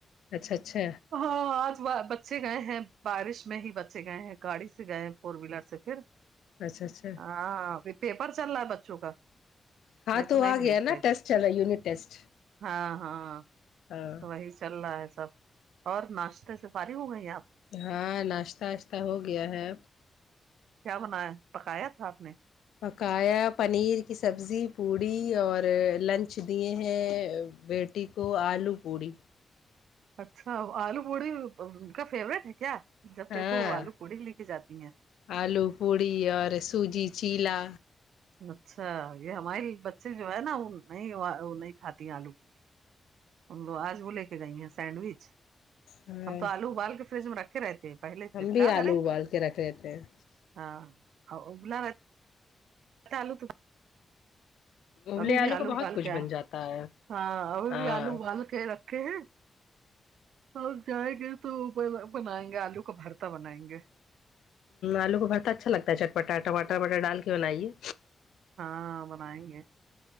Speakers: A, on the left; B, on the right.
A: اچھا اچھا
B: ہاں آج بچے گئے ہیں بارش میں ہی بچے گئے ہیں گاڑی سے گئے ہیں فور ویلر سے پھر
A: اچھا اچھا
B: ہاں پیپر چل رہا ہے بچوں کا
A: ہاں
B: نہیں
A: توو
B: تو نہیں
A: آگے
B: بھیجتے
A: نا ٹسٹ یونٹ ٹیسٹ
B: ہاں ہاں
A: ہاں
B: تو وہی چل رہا ہے سب اور ناشتے سے فاری ہو گئی آپ
A: ہاں ناشتہ واشتہ ہو گیا ہے
B: کیا بنایا پکایا تھا آپ نے
A: پکایا پنیر کی سبزی پوڑی اور لنچ دیے ہیں وٹ ٹیکو آلو پوڑی
B: اچھا آلو پوڑی ان کا فیوریٹ ہے کیا جب
A: ہاں
B: دیکھو آلو پوڑی لے کے جاتی ہیں
A: آلو پوڑی اور سوجی چیلا
B: اچھا یہ ہماریے بچے جو ہے نا وہ نہیں نہیں کھاتی آلو پوڑی ہم لو آج وہ لے کے گئی ہیں سینڈوچ
A: ہاں
B: ہم تو آلو ابال کے فریج میں رکھے رہتے پہلے
A: ہم
B: سے کیا
A: بھی
B: کریں
A: آلو ابال کے رکھ لیتے ہیں
B: ہاں ہو ابلا ہوا آ آلو تا
A: ابلے
B: ابھی بھی آلو
A: کا بہت
B: ابال
A: کچھ
B: کے
A: بن جاتا ہے
B: ہاں ابھی
A: ہاں
B: بھی آلو ابال کے رکھے ہیں اور جائیں گے تو بنائیں گے آلو کا بھرتا بنائیں گے
A: آلو کو بھرتا اچھا لگتا ہے چٹپٹا ٹاٹر وٹر ڈال کے بنائیے
B: ہاں بنائیں گے